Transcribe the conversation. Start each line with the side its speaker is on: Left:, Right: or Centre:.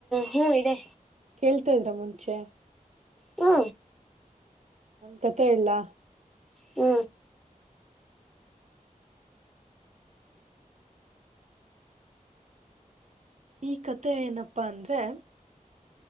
Centre: ಹೂ ಇದೆ
Right: ಕೇಳ್ತಾ ಇದ್ರ ಮುಂಚೆ
Centre: ಹೂ
Right: ಕಥ ಹೇಳಲ್ಲಾ
Centre: ಹೂ
Right: ಈ ಕತೆೆ ಏನಪ್ಪಾ ಅಂದ್ರೆ